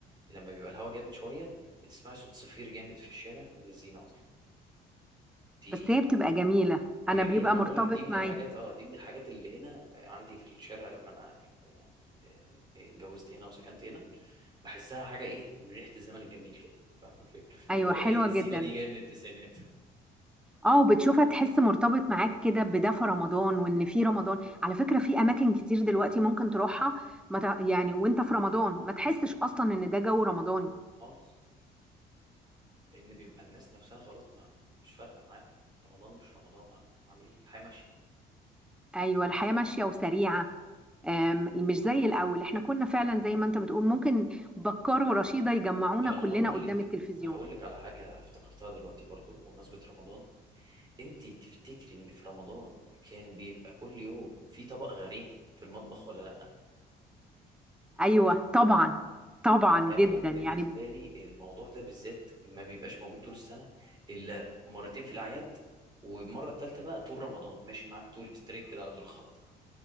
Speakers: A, on the right (about 25°); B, in the centre.
A: لما بيبقى الهوا جامد شويه بتسمعي صوت صفير جامد في الشارع من الزينه اصلا دي
B: بس هي بتبقى جميله
A: ما
B: انا
A: هي جميله
B: بيبقى
A: ما أنا
B: مرتبط
A: بقول لك دي من
B: معايا
A: الحاجات اه دي من الحاجات اللي هنا آه، عندي في الشارع لما انا يعني آه، آه، اتجوزت هنا وسكنت هنا بحسها حاجه ايه من ريحه الزمن الجميل كده فاهم الفكره
B: ايوه
A: اللي هو
B: حلوه
A: ايه الزينه
B: جدا
A: دي جايه من التسعينات
B: اه وبتشوفها تحس مرتبط معاك كده بده في رمضان وان في رمضان على فكره في اماكن كتير دلوقتي ممكن تروحها ما تع- يعني وانت في رمضان ما تحسش اصلا ان ده جو رمضاني
A: <laughs> خالص لان بيبقى الناس نفسها خلاص ما مش فارقه معاهم رمضان مش رمضان اعمل ايه الحياه ماشيه
B: ايوه الحياه ماشيه وسريعه آم، مش زي الاول احنا كنا فعلا زي ما انت بتقول ممكن بكار ورشيده يجمعونا
A: طب انا
B: كلنا
A: هقول
B: قدام
A: لك
B: التلفزيون
A: هقول لك على حاجه افتكرتها دلوقتي برضو بمناسبه رمضان انت تفتكري ان في رمضان كان بيبقى كل يوم في طبق غريب في المطبخ ولا لا
B: ايوه طبعا طبعا
A: ده كان
B: جدا
A: بالنسبه
B: يعني
A: لي الموضوع ده بالذات ما بيبقاش موجود طول السنه الا مرتين في الاعياد والمره الثالثه بقى طول رمضان ماشي معاك طول ستريت كده على طول خط